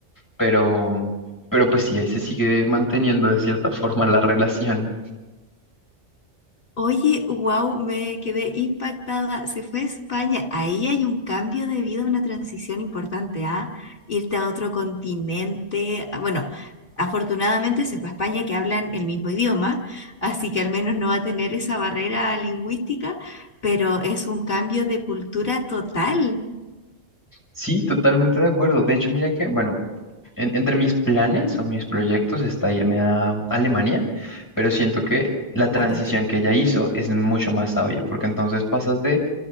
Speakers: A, on the left (about 15°); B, on the left (about 45°).
A: pero, pero pues sí, ahí se sigue manteniendo de cierta forma la <laughs> relación.
B: Oye, wow, me quedé impactada. Se fue a España. Ahí hay un cambio de vida, una transición importante, ¿ah? Irte a otro continente. Ah, Bueno, afortunadamente se fue a España que hablan el mismo idioma, así que al menos no va a tener esa barrera lingüística, pero es un cambio de cultura total.
A: Sí, totalmente de acuerdo. De hecho, mira que, bueno, en- entre mis planes o mis proyectos está irme a Alemania, pero siento que la transición
B: Fantástico.
A: que ella hizo es mucho más sabia, porque entonces pasas de,